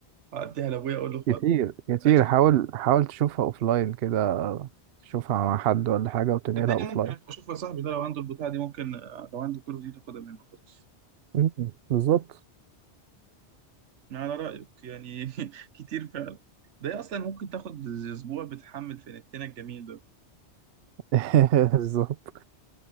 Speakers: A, on the right; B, on the right.
A: وأديها لأبويا أقول له خد
B: كتير كتير
A: مالكش
B: حاول
A: دعوة
B: حاول تشوفها اوفلاين كده تشوفها مع حد ولا حاجه وتنقلها
A: صدقني
B: اوفلاين
A: ممكن أشوف يا صاحبي ده لو عنده البتاعة دي ممكن آه، لو عنده كول أوف ديوتي أخدها منه خلاص
B: مم، بالظبط
A: على رأيك يعني <laughs> كتير فعلا ده أصلا ممكن تاخد أسبوع بتحمل في نتنا الجميل ده
B: <laughs> بالظبط